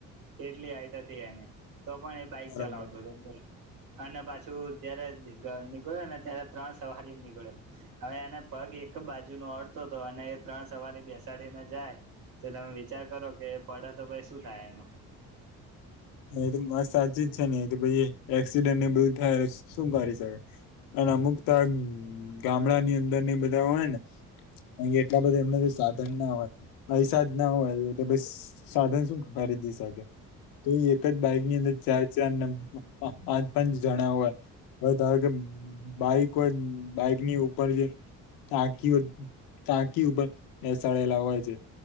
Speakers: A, on the right; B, on the left.
A: એટલી હાઇટ હતી એને તો પણ એ બાઈક
B: બરાબર
A: ચલાવતો હતો બોલ. અને પાછું જયારે નીકળ્યો ને ત્યારે ત્રણ સવારી નીકળ્યો. હવે એને પગ એક બાજુ નો અડતો હતો અને એ ત્રણ સવારી બેસાડીને જાય તો તમે વિચાર કરો કે પડે તો ભાઈ શું થાય એનું.
B: એ તો માત સાચી જ છે ને તો પછ એક્સિડેન્ટ ને બધું થાય શું કરી શકે. અને અમુક ત ગામડા ની અંદર ને બધા હોય ને. કા કે એટલા બધા એમને સાધન ના હોય પૈસા જ ના હોય એટલે પ. સાધન શું કરી દિ શકે તો એ એકજ બાઈક ની અંદર. ચાર ચાર ને પાંચ પાંચ જણા હોય હવે ધારો કે. બાઈક હોય બાઈક ની ઉપર જે. ટાંકી ઉ ટાંકી ઉપર બેસાડેલા હોય છે.